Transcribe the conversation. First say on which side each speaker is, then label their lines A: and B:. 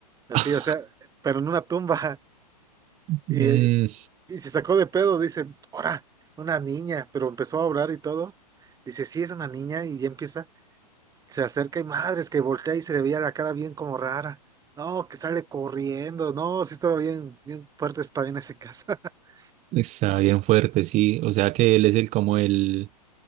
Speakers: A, on the right; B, on the right.
A: así,
B: <laughs>
A: o sea, pero en una tumba <laughs>
B: Mm,
A: y, y se sacó de pedo, dice, ahora, una niña, pero empezó a orar y todo, dice, sí, es una niña y ya empieza, se acerca y madres que voltea y se le veía la cara bien como rara. No, que sale corriendo. No, sí estaba bien, bien fuerte, está bien ese caso. <laughs>
B: está bien fuerte, sí. O sea que él es el como el,